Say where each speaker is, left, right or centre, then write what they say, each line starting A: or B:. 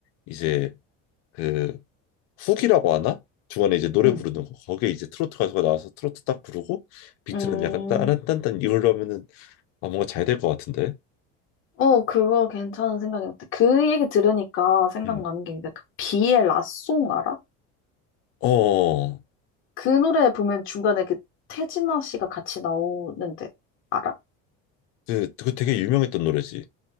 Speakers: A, on the left; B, on the left.
A: 이제 그 훅이라고 하나 중간에 이제 노래
B: 응,
A: 부르는 거 거기에 이제 트로트 가수가 나와서 트로트 딱 부르고 비트는
B: 응.
A: 약간 따란딴딴
B: 음.
A: 이걸로 하면은 아 뭔가 잘 될 것 같은데
B: 어, 그거 괜찮은 생각이었다. 그 얘기 들으니까 생각나는
A: 음.
B: 게있데그 비의 라송 알아?
A: 어 어.
B: 그 노래 보면 중간에 그 태진아 씨가 같이 나오는데 알아?
A: 그, 그 되게 유명했던 노래지.